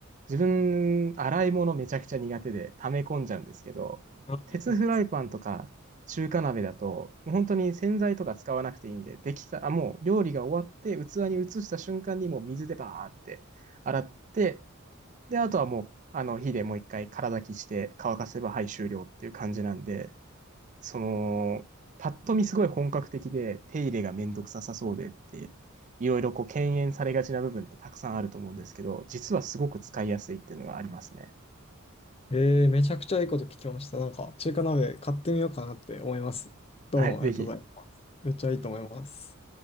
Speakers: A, on the right (about 35°); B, on the left (about 30°).
A: 自分、洗い物めちゃくちゃ苦手で溜め込んじゃうんですけど、
B: あ、わかります。
A: 鉄フライパンとか中華鍋だと、もう本当に洗剤とか使わなくていいんで、できた、あ、もう料理が終わって器に移した瞬間にもう水でバーって洗って、で、あとはもう、あの、火でもう一回空炊きして乾かせば、はい、終了っていう感じなんで、その、パッと見すごい本格的で、手入れがめんどくささそうでって、いろいろこう、敬遠されがちな部分ってたくさんあると思うんですけど、実はすごく使いやすいっていうのがありますね。
B: えー、めちゃくちゃいいこと聞きました。なんか、中華鍋買ってみようかなって思います。どうもありがとうございます。
A: はい、ぜひ。
B: めっちゃいいと思います。